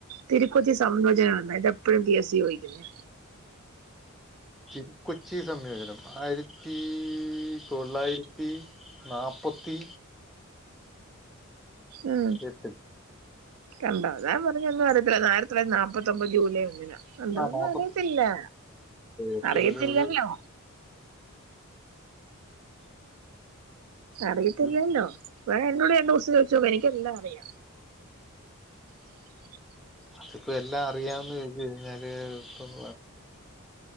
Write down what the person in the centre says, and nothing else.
തിരു കൊച്ചി സംയോജനം ആയിരത്തി തൊള്ളായിര ത്തി നാപ്പത്തി
എട്ട്
ആ നാപ്പത്തി
എട്ട്
ഒരു ഒരു
ഒരു-
അതിപ്പോ എല്ലാം അറിയാന്ന് ചോയ്ച്ച് കഴിഞ്ഞാല് ഇപ്പം